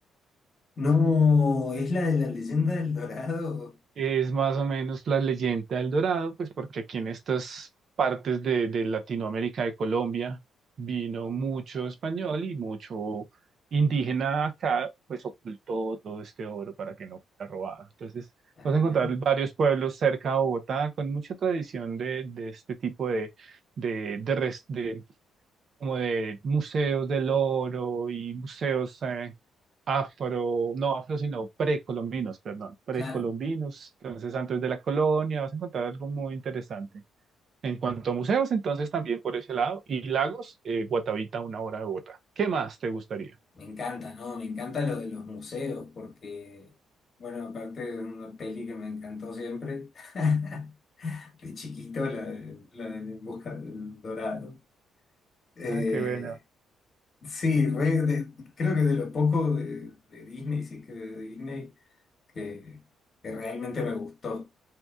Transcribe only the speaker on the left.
No, es la de la leyenda del Dorado.
Ajá.
Claro,
me encanta, ¿no? Me encanta lo de los museos, porque, bueno, aparte de una peli que me encantó siempre, <laughs> de chiquito, la de, la de En Busca del Dorado. Eh,
Sí, re de- creo que de lo poco de, de Disney, sí que de Disney, que, que realmente me gustó.